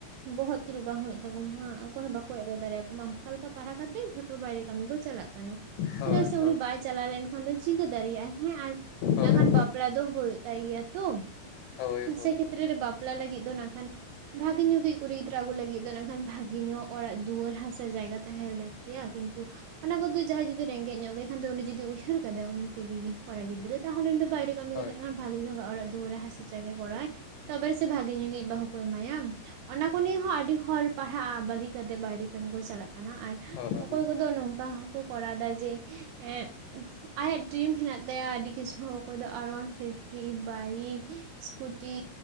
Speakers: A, on the right (about 80°); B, on the left (about 80°).
A: ᱵᱚᱦᱚᱜ ᱛᱤᱨᱩᱵ ᱵᱟᱝ ᱦᱩᱭᱩᱜ ᱛᱟᱠᱚ ᱢᱟ ᱚᱠᱚᱭ ᱦᱚᱸ ᱵᱟᱠᱚ ᱮᱲᱮ ᱫᱟᱲᱮ ᱭᱟᱠᱚᱣᱟ। ᱱᱚᱝᱠᱟ ᱞᱮᱠᱟ ᱯᱟᱲᱦᱟᱣ ᱠᱷᱟᱛᱤᱨ ᱡᱷᱚᱛᱚ ᱵᱟᱭᱨᱮ ᱠᱟᱹᱢᱤ ᱠᱚ ᱪᱟᱞᱟᱜ ᱠᱟᱱᱟ।
B: ᱦᱳᱭ
A: ᱪᱮᱫᱟᱜ ᱥᱮ
B: ᱦᱳᱭ
A: ᱩᱱᱤ ᱵᱟᱭ ᱪᱟᱞᱟᱣ ᱞᱮᱱᱠᱷᱟᱱ ᱫᱚ ᱪᱤᱠᱟᱹ ᱫᱟᱲᱮᱭᱟᱜᱼᱟ ᱦᱮᱸ ᱟᱨ ᱱᱟᱦᱟᱜ
B: ᱦᱳᱭ
A: ᱵᱟᱯᱞᱟ ᱫᱚ ᱦᱩᱭᱩᱜ ᱛᱟᱭ ᱜᱮᱭᱟ ᱛᱚ
B: ᱦᱳᱭ ᱦᱳᱭ ᱦᱳᱭ
A: ᱥᱮ ᱠᱷᱮᱛᱨᱮ ᱨᱮ ᱵᱟᱯᱞᱟ ᱞᱟᱹᱜᱤᱫ ᱫᱚ ᱱᱟᱜᱠᱷᱟᱱ ᱵᱷᱟᱜᱮ ᱧᱚᱜᱤᱡ ᱠᱩᱲᱤ ᱜᱤᱫᱽᱨᱟᱹ ᱟᱜᱩ ᱞᱟᱹᱜᱤᱫ ᱫᱚ ᱱᱟᱜᱠᱷᱟᱱ ᱵᱷᱟᱜᱮ ᱧᱚᱜ ᱚᱲᱟᱜ ᱫᱩᱣᱟᱹᱨ ᱦᱟᱥᱟ ᱡᱟᱭᱜᱟ ᱛᱟᱦᱮᱱ ᱞᱟ. ᱭᱟ ᱠᱤᱱᱛᱩ ᱚᱱᱟ ᱠᱚᱫᱚ ᱡᱟᱦᱟᱸᱭ ᱡᱩᱫᱤ ᱨᱮᱸᱜᱮᱡ ᱧᱚᱜ ᱜᱮ ᱠᱷᱟᱱ ᱫᱚ ᱩᱱᱤ ᱡᱩᱫᱤ ᱩᱭᱦᱟᱹᱨ ᱠᱟᱫᱟᱭ ᱩᱱᱤ ᱠᱩᱲᱤ ᱜᱤ ᱠᱚᱲᱟ ᱜᱤᱫᱽᱨᱟᱹ ᱛᱟᱦᱮᱸᱞᱮᱱ ᱫᱚ ᱵᱟᱭᱨᱮ ᱠᱟᱹᱢᱤ
B: ᱦᱳᱭ
A: ᱠᱟᱛᱮᱫ ᱨᱮᱦᱚᱸ ᱵᱷᱟᱜᱮ ᱧᱚᱜᱟᱜ ᱚᱲᱟᱜ ᱫᱩᱣᱟᱹᱨᱟᱭ ᱦᱟᱥᱟ ᱡᱟᱭᱜᱟᱭ ᱠᱚᱨᱟᱣᱟᱭ ᱛᱚᱵᱮ ᱥᱮ ᱵᱷᱟᱜᱤ ᱧᱚᱜᱤᱡ ᱵᱟᱦᱩ ᱠᱚ ᱮᱢᱟᱭᱟ। ᱚᱱᱟ ᱠᱚ ᱱᱤᱭᱮ ᱦᱚᱸ ᱟᱹᱰᱤ ᱦᱚᱲ ᱯᱟᱲᱦᱟᱜ ᱵᱟᱹᱜᱤ ᱠᱟᱛᱮ ᱵᱟᱭᱨᱮ ᱠᱟᱹᱢᱤ ᱠᱚ ᱪᱟᱞᱟᱜ ᱠᱟᱱᱟ ᱟᱨ
B: ᱦᱳᱭ
A: ᱚᱠᱚᱭ ᱠᱚᱫᱚ ᱱᱚᱝᱠᱟ ᱦᱚᱸᱠᱚ ᱠᱚᱨᱟᱣ ᱫᱟ ᱡᱮ ᱮᱸᱜ ᱟᱭᱟᱜ ᱰᱨᱤᱢ ᱦᱮᱱᱟᱜ ᱛᱟᱭᱟ ᱟᱹᱰᱤ ᱠᱤᱪᱷᱩ ᱚᱠᱚᱭ ᱫᱚ ᱟᱨᱣᱟᱱ ᱯᱷᱤᱯᱴᱤ ᱵᱟᱭᱤᱠ। ᱤᱥᱠᱩᱴᱤ